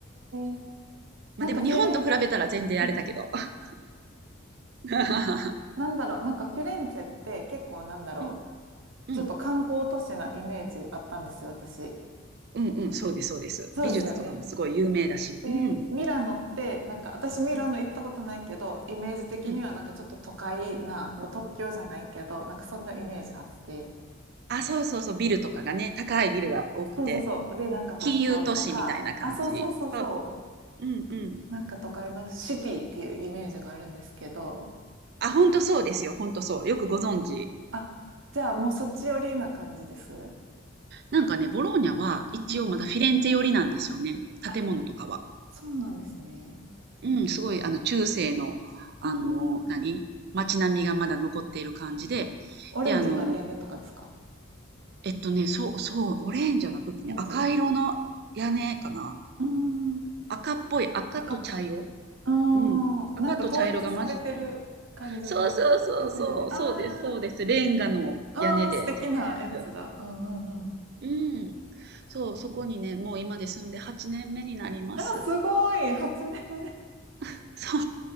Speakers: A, on the right (about 65°); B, on the right (about 50°).
A: えなんかフィレンツェ、
B: まあでも日本と比べたら全然あれだけど。
A: うん。
B: <laughs> う
A: なんだろう、なんかフィレンツェって結構なんだろ
B: ん、
A: う、
B: うん、
A: ちょっと観光都市なイメージあったんですよ、私。
B: うん、うんそうです、そうです。
A: そうですよね。
B: 美術とかもすごい有名だし。
A: で、
B: うん、
A: ミラノって、なんか私ミラノ行ったことないけど、
B: うん、
A: イメージ的にはなんかちょっと都会な、
B: うん。
A: まあ、東京じゃないけど、なんかそんなイメージあって。
B: あ、そうそうそう、ビルとかがね、高いビルが多くて、
A: そうそうそう。で、なんかファッションとか、
B: 金融都市みたいな感じ。
A: あ、そうそうそうそ
B: そう、うん、うん。
A: う。なんか都会のシティっていうイメージがあるんですけど、
B: あ、ほんとそうですよ。ほんとそう。よくご存知。
A: あ、じゃあもうそっち寄りな感じです。
B: なんかね、ボローニャは一応まだフィレンツェ寄りなんですよね。
A: うん。
B: 建物とかは。
A: あ、そうなんですね。
B: うん、すごい、あの、中世の、あの、
A: うーん。
B: 何街並みがまだ残っている感じで。
A: オレンジの屋根とかですか
B: で、あの、えっとね、そう、そう、オレンジじゃなくてね、
A: オレンジ。
B: 赤色の屋根かな。
A: うーん。
B: 赤っぽい、赤と茶色。
A: 赤っぽい。あ
B: うん。赤と茶色が混じったような。
A: あ、なんか統一されてる感じのやつですよね。
B: そうそうそうそう、
A: あ
B: そうです、そうです。レンガの屋根で、
A: あああ素敵なやつだ。
B: 全部。
A: うんうんうん。
B: うん。そう、そこにね、もう今で住んで8年目になります。
A: あ、すごい !8 年目。め
B: <laughs> そ